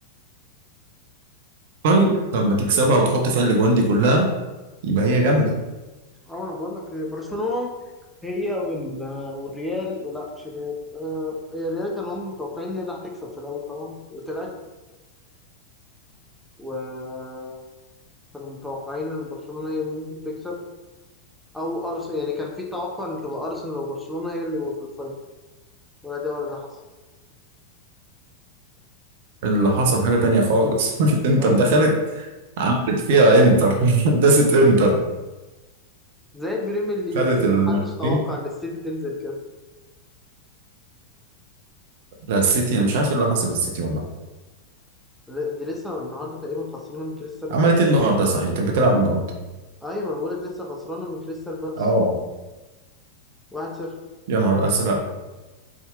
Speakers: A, on the right; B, in the centre.
A: طيب لما تكسبها وتحط فيها الاجوان دي كلها يبقى هي جامده
B: اه انا بقول لك برشلونه هي وال... والريال لا مش الريال آه هي الريال كانوا هم متوقعين ان هي اللي هتكسب في الاول طبعا وطلعت وكانوا متوقعين ان برشلونه هي اللي ممكن تكسب او ارسنال يعني كان في توقع ان تبقى ارسنال وبرشلونه هي اللي في الفاينل ولا دي ولا دي حصلت
A: اللي حصل حاجه تانية خالص <laughs> انتر
B: فاهم
A: دخلت عملت فيها انتر <laughs> داست انتر
B: زي البريمير ليج
A: خدت
B: كده
A: المرتين
B: محدش توقع ان السيتي تنزل كده
A: <laughs> لا السيتي انا مش عارف ايه اللي حصل للسيتي والله
B: دي لسه النهارده تقريبا خسرنا من كريستال
A: عملت
B: بالاس
A: ايه النهارده صحيح كانت بتلعب النهارده
B: ايوه ما انا بقولك لسه خسرانه من كريستال بالاس
A: اه
B: 1-0
A: يا نهار ازرق